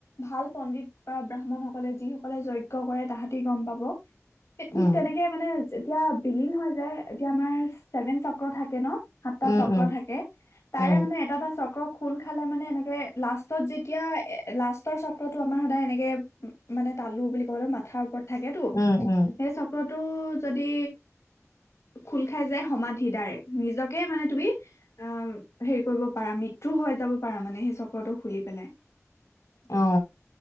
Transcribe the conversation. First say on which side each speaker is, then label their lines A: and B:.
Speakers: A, on the left; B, on the left.
A: ভাল পণ্ডিত বা ব্ৰাহ্মণ সকলে যিসকলে যজ্ঞ কৰে তাহাঁতি গম পাব ঠিক
B: উম
A: তেনেকে মানে এতিয়া বিলিন হয় যে এতিয়া আমাৰ ছেভেন চক্ৰ থাকে ন সাতটা
B: উম
A: চক্ৰ
B: উম
A: থাকে তাৰে
B: উম
A: মানে এটা এটা চক্ৰ খ খোল খালে মানে এনেকে লাষ্টত যেতিয়া এ ৰ চক্ৰতটো আমাৰ সদায় এনেকে মানে তালু বুলি কোউ মথাৰ ওপৰত থাকেতো
B: উম, উম,
A: সেই চক্ৰত টো যদি খোল খাই যায় সমাধি ডাইৰেক্ নিজকে মানে তুমি আহ হেৰি কৰিব পাৰা মূতূ হৈ যাব পাৰা মানে সেই চক্ৰটো খুলি পেলাই
B: অ